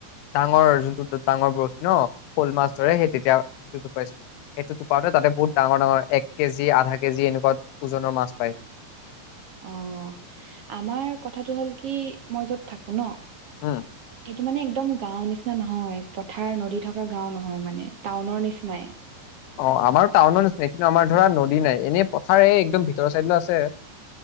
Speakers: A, on the left; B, on the right.
A: ডাঙৰ যোনটো ডাঙৰ বৰশী ন শ'ল মাছ ধৰে, সেই তেতিয়া সেইটো তুপাইছিলো। সেইটো টোপাওতে তাতে বহুত ডাঙৰ- ডাঙৰ এক কেজি, আধা কেজি এনেকুৱা ওজনৰ মাছ পায়।
B: অ। ' আমাৰ কথাটো হ'ল কি মই য'ত থাকো ন?
A: উম
B: এইটো মানে একদম গাঁওৰ নিচিনা নহয়, পথাৰ নদী থকা গাঁও নহয় মানে টাউনৰ নিচিনাই।
A: অ', আমাৰ টাউনৰ নিচিনাই, কিন্তু আমাৰ ধৰা নদী নাই এনে পথাৰ এই একদম ভিতৰ চাইডিলো আছে।